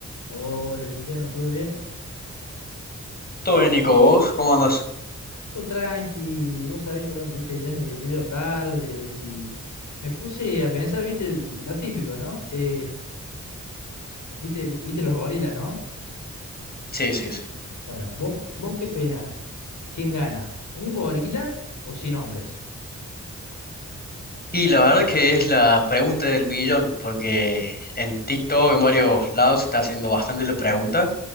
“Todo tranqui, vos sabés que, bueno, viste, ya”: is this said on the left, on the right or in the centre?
Left